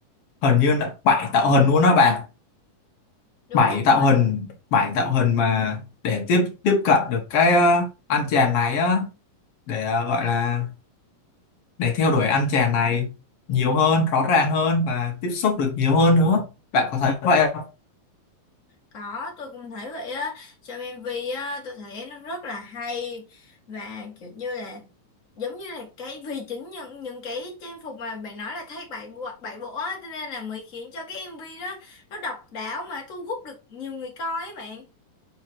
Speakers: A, on the left; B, on the left.
A: hình như là bảy tạo hình luôn á bạn
B: đúng
A: bảy
B: rồi
A: tạo hình bảy tạo hình mà để tiếp tiếp cận được cái ờ, anh chàng này á để ờ, gọi là để theo đuổi anh chàng này nhiều hơn rõ ràng hơn và tiếp xúc được nhiều hơn nữa bạn có thấy vậy không
B: Có, tôi cũng thấy vậy á. Trong MV á, tôi thấy nó rất là hay và kiểu như là giống như là cái vì chính những những cái trang phục mà bạn nói là thay bảy bộ bảy bộ á cho nên là mới khiến cho cái MV đó nó độc đáo mà thu hút được nhiều người coi ấy bạn.